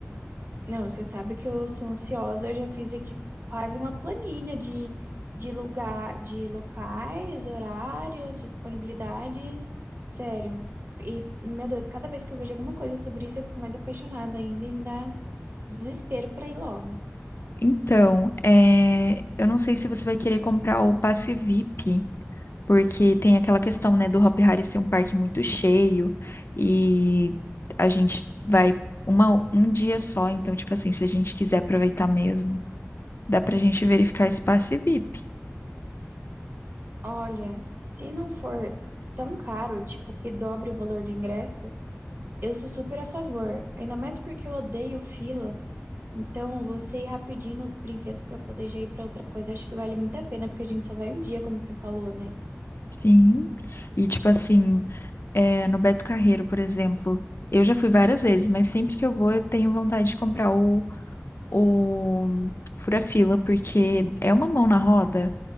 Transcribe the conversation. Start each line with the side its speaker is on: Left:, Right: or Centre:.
Right: Não, você sabe que eu sou ansiosa, eu já fiz aqui quase uma planilha de, de lugar, de locais, horário, disponibilidade. Sério. E, meu Deus, cada vez que eu vejo alguma coisa sobre isso, eu fico mais apaixonada ainda e me dá desespero pra ir logo.
Left: Então, é, eu não sei se você vai querer comprar o passe VIP, porque tem aquela questão, né, do Hop Hari ser um parque muito cheio e a gente vai uma, um dia só, então, tipo assim, se a gente quiser aproveitar mesmo. Dá pra gente verificar espaço e VIP.
Right: Olha, se não for tão caro, tipo, que dobre o valor do ingresso, eu sou super a favor. Ainda mais porque eu odeio fila. Então, você ir rapidinho nos brinquedos para poder já ir para outra coisa, acho que vale muito a pena, porque a gente só vai um dia, como você falou, né?
Left: Sim. E tipo assim, é, no Beto Carreiro, por exemplo, eu já fui várias vezes, mas sempre que eu vou, eu tenho vontade de comprar o, o fura-fila, porque é uma mão na roda